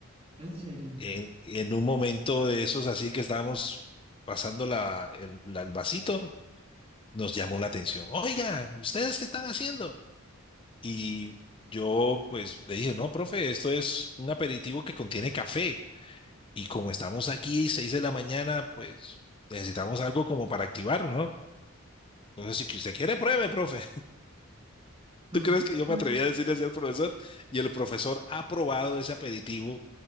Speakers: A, on the right; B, on the left.
A: En serio.
B: En, en un momento de esos así que estábamos pasando la, el, la- el vasito, nos llamó la atención. Oigan, ¿ustedes qué están haciendo? Y yo pues le dije, no, profe, esto es un aperitivo que contiene café. Y como estamos aquí, seis de la mañana, pues necesitamos algo como para activarnos, ¿no? Entonces, si que usted quiere, pruebe, profe.
A: <laughs>
B: ¿Tú crees que yo me atreví a decirle así al profesor? Y el profesor ha probado ese aperitivo.